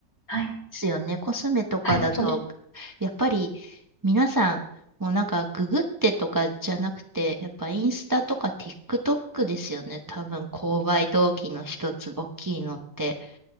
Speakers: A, on the left; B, on the right.
A: はい、
B: すよね。コスメとかだと、
A: はい、そうです。
B: やっぱり皆さん、もうなんかググってとかじゃなくて、やっぱインスタとか TikTok ですよね。多分購買動機の一つ、大きいのって。